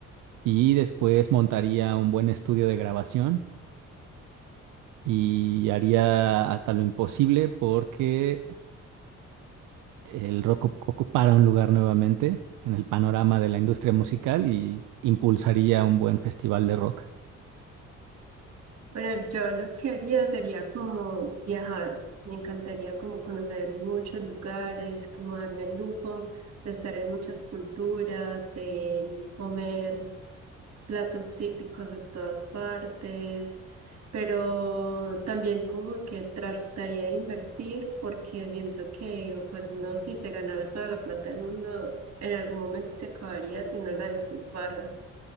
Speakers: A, on the right; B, on the right.
A: Y después montaría un buen estudio de grabación y haría hasta lo imposible porque el rock oc- ocupara un lugar nuevamente en el panorama de la industria musical y impulsaría un buen festival de rock.
B: Bueno, yo lo que haría sería como viajar. Me encantaría como conocer muchos lugares, como darme el lujo de estar en muchas culturas, de comer platos típicos de todas partes, pero también como que trataría de invertir porque siento que pues uno si se ganara toda la plata del mundo, en algún momento se acabaría si no la despilfarra.